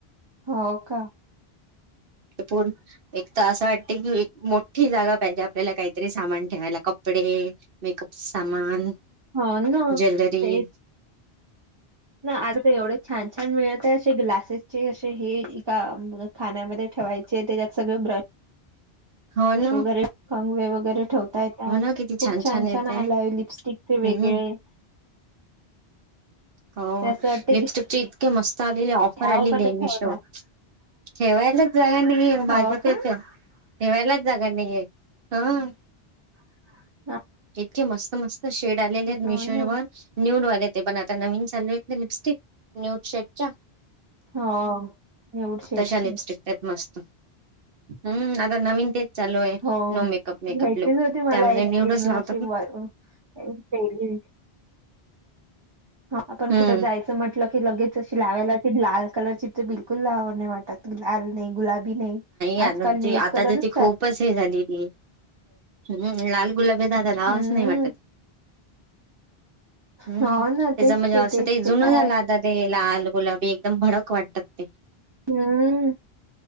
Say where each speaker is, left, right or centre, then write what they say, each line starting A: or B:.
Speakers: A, on the right; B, on the right.
A: होव का
B: पण एक तर असं वाटते की एक मोठी जागा पाहिजे आपल्याला काही - तरी सामान ठेवायला कपडे मेकअप च सामान
A: हो ना
B: ज्वेलरी
A: तेच ना आर ते एवढे छान छान मिळत आहे असे ग्लासेसचे अशे हे एका खाण्यामध्ये ठेवायचे त्याच्यात सगळे ब्रश..
B: हो ना
A: श वगैरे कंगवे वगैरे ठेवते. येतात
B: हो ना किती
A: खूप छान
B: येत
A: छान
B: आहे
A: आलाय लिपस्टिकचे
B: हम्म
A: वेगळे...
B: हो
A: ते असं वाटते
B: लिपस्टिक च इतक मस्त आलेले ऑफर
A: घ्याव
B: आलेले
A: पण ठेवणार
B: मेशोवर. ठेवायलाच जाग नाही
A: हो
B: माझ्या
A: का
B: त्याच.. ठेवायलाच जागा नाहीं हाय हं.
A: रिकामा ऑडिओ
B: इतके मस्त मस्त शेड आलेले आहेत मीशो
A: हो ना
B: वर न्यूड वालेत. ते पण आता नवीन चालू आहेत ना लिपस्टिक न्यूड शेडच्या
A: हो एवढ शेडचे
B: तशा लिपस्टिक त्यात मस्त हम्म नवीन तेच चालू आहे
A: हो
B: नो मेकअप मेकअप
A: घ्यायचीच
B: लोक
A: होती मला
B: त्यामध्ये
A: एक
B: निवडच <unintelligible>
A: <unintelligible> आपण
B: हम्म
A: कुठं जायचं म्हटलं लगेच अशी लावायला ते लाल कलरची ते बिलकुल लावू नाही वाटत लाल - नाही गुलाबी नाही
B: आता
A: आजकाल न्यूड
B: ती आता
A: कलरच
B: तर ती
A: चा
B: खूपच
A: -
B: हे झाली ती हम्म लाल गुलाबी तर आता लावावच
A: हम्म
B: नाही वाटत हम्म
A: हो
B: त्याच
A: ना तेच
B: म्हणजे असं
A: तेच
B: ते जुन
A: काय
B: झालं आता ते लाल गुलाबी एकदम भडक वाटतात ते
A: हम्म